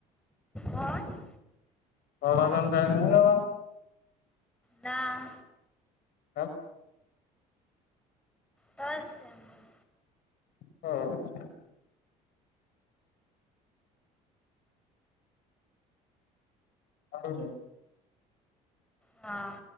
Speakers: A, in the centre; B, on the left.
A: હા
B: <unintelligible>
A: ના
B: હા
A: બસ એમજ
B: હ આવજે
A: હા